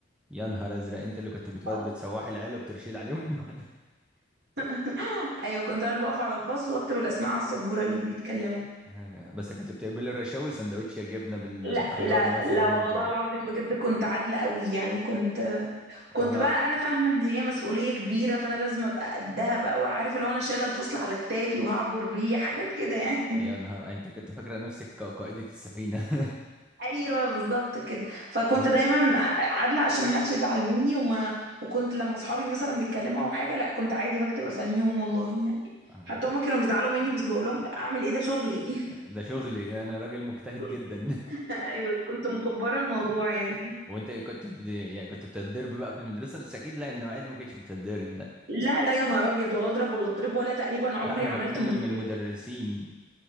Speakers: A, in the centre; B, on the right.
A: يا نهار ازرق انت اللي كنت بتقعد
B: أو
A: بتسوحي العيال وبترشد عليهم <laughs>
B: <laughs> أيوة كنت أنا اللي بقف على الفصل وأكتب الأسماء على السبورة اللي بيتكلموا
A: أيوة، بس كنت بتقبلي الرشاوي سندوتش يا جبنة بال-
B: لا
A: بالخيار
B: لا
A: مثلا
B: لا والله
A: ب...
B: العظيم بجد كنت عادلة قوي يعني كنت كنت
A: ولا
B: بقى أنا فاهمة إن هي مسؤولية كبيرة فأنا لازم أبقى قدها بقى وعارفة لو أنا شايلة الفصل على كتافي وهعبر بيه حاجات كده يعني
A: يا نهار انت كنت فاكرة نفسك ق- قائدة السفينة
B: ايوه بالظبط كده فكنت
A: <laughs>
B: دايما عادله عشان ما حدش يزعل مني وما وكنت لما صحابي مثلا بيتكلموا او حاجه لا كنت عادي بكتب اساميهم والله يعني
A: آه،
B: حتى هما كانوا بيزعلوا مني بس بقول لهم اعمل ايه ده شغلي
A: ده شغلي انا راجل مجتهد
B: <laughs>
A: جدا
B: كنت ايوه كنت مكبره الموضوع يعني
A: <laughs> وانت كنت ب... يعني كنت بتتضرب بقى في المدرسة بس اكيد لا انه عادي ما كنتش بتتضرب لا
B: لا لا يا نهار ابيض ولا اضرب ولا اضرب ولا تقريبا عمري
A: لا انا
B: عملت
A: بتكلم
B: مشكله
A: من المدرسين